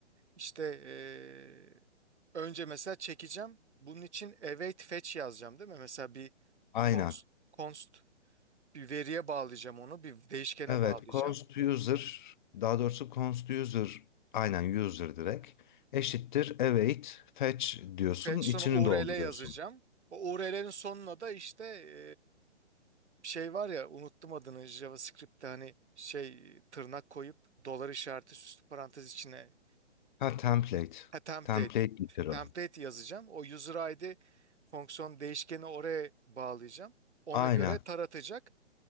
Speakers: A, on the right; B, on the left.
A: İşte eee, önce mesela çekeceğim. Bunun için await fetch yazacağım değil mi? Mesela bir
B: Aynen.
A: const, const bir veriye bağlayacağım onu, bir değişkene
B: Evet.
A: bağlayacağım.
B: Const user daha doğrusu const user aynen user direkt eşittir await fetch diyorsun.
A: fetch
B: içini
A: sonra URL
B: dolduruyorsun.
A: yazacağım. O URL'lerin sonuna da işte e, şey var ya unuttum adını JavaScript'te hani şey tırnak koyup dolar işareti süslü parantez içine
B: Ha template.
A: ha, template
B: Template literal.
A: template yazacağım. O user ID fonksiyon değişkeni oraya bağlayacağım. Ona
B: Aynen.
A: göre taratacak.